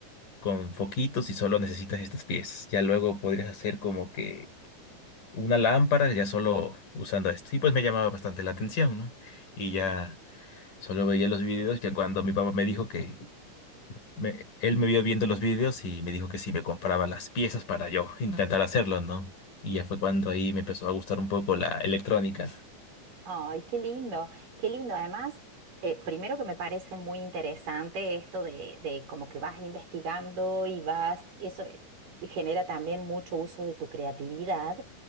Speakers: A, on the left; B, on the right.
A: con foquitos y solo necesitas estas piezas. Ya luego podrías hacer como que una lámpara ya solo usando esto. Y pues me llamaba bastante la atención, ¿no? Y ya solo veía los videos que cuando mi papá me dijo que me- él me vio viendo los vídeos y me dijo que si me compraba las piezas para yo intentar hacerlo, ¿no? Y ya fue cuando ahí me empezó a gustar un poco la electrónica.
B: Ay, qué lindo, qué lindo. Además, eh, primero que me parece muy interesante esto de, de como que vas investigando y vas, eso eh, genera también mucho uso de tu creatividad